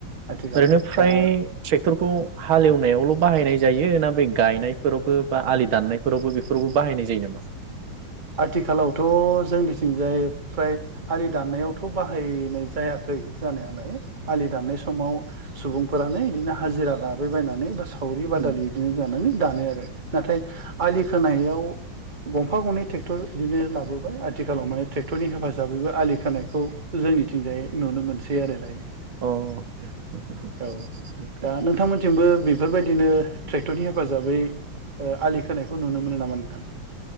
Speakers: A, on the right (about 25°); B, on the right (about 75°).
A: आथिखालाव
B: ओरैनो फ्राय
A: दा
B: ट्रेक्टरखौ हालेवनायावल' बाहायनाय ज जायो ना बे गायनायफोरावबो बा आलि दाननायफोरावबो बेफोरावबो बाहायनाय जायो नामा?
A: आथिखालावथ' जोंनिथिंजाय फ्राय आलि दाननायावथ' बाहायनाय जायाखै जानायालाय आलि दाननाय समाव सुबुंफोरानो इदिनो हाजिरा लाबोबायनानै बा सा सावरि-बादालि
B: उम
A: बिदिनो जानानै दा <unintelligible> आरो नाथाय आलि खोनायाव गंफा गनि टेक्टर बिदिनो लाबोबाय आथिखालाव माने ट्रेक्टरनि हेफाजाबैबो आलि खोनायखौ जोंनिथिंजाय नुनो मोनसै आरो दायो।
B: अह।
A: औ दा नोंथांमोनथिंबो बेफोरबायदिनो ट्रेक्टरनि हेफाजाबै ओ आलि खोनायखौ नुनो मोनो नामा नोंथां।